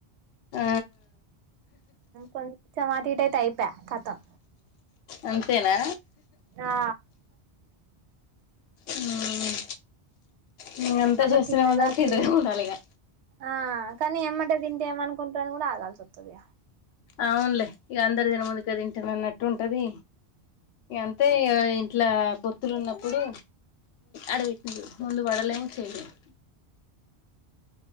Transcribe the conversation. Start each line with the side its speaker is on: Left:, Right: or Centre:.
Left: ఆ
Right: కొంచెం అటుఇటు అయితే అయిపాయ్ కతం
Left: అంతేనా
Right: ఆ
Left: ఉమ్ ను ఎంతా
Right: మళ్ళా
Left: చేస్తూనే
Right: తిన్నగా
Left: ఉండాలి తింటనే
Right: తిన్
Left: ఉండాలి ఇక
Right: ఆ కానీ ఏమంటే తింటే ఏమనుకుంటుర అని కూడా ఆగాల్సి వస్తుంది
Left: అవునులే ఇక అందరి తినక ముందు కది ఇంటే అన్నట్టు ఉంటది అంతే ఇంట్లా పొత్తులు ఉన్నప్పుడు అడవి ముందు పడలేము చేయలేము